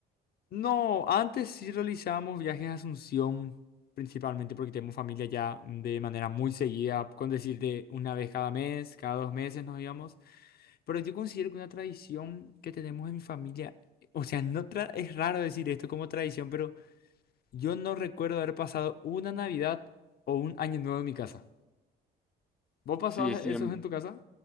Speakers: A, on the left (about 55°); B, in the centre.
A: No, antes sí realizábamos viajes a Asunción, principalmente porque tenemos familia ya de manera muy seguida, con decirte una vez cada mes, cada dos meses nos íbamos. Pero yo considero que una tradición que tenemos en mi familia, o sea, no tra- es raro decir esto como tradición, pero yo no recuerdo haber pasado una Navidad o un Año Nuevo en mi casa. ¿Vos pasabas
B: Sí, sí,
A: esos
B: em,
A: en tu casa?